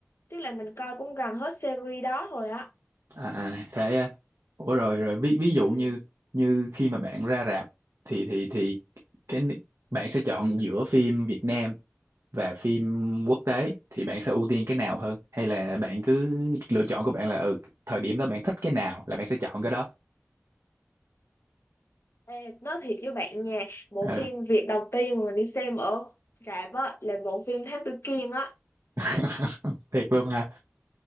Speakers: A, on the left; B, on the right.
A: tức là mình coi cũng gần hết series đó rồi á
B: À, à, thế à. ủa rồi rồi ví ví dụ
A: Ừ.
B: như như khi mà bạn ra rạp thì thì thì cái ni- bạn sẽ chọn giữa phim Việt Nam và phim quốc tế thì bạn sẽ ưu tiên cái nào hơn hay là bạn cứ lựa chọn của bạn là ừ thời điểm đó bạn thích cái nào là bạn sẽ chọn cái đó
A: Ê, nói thiệt với bạn nha bộ
B: ừ.
A: phim việc đầu tiên mà mình đi xem ở rạp á là bộ phim Thám Tử Kiên á
B: <laughs> thiệt luôn ha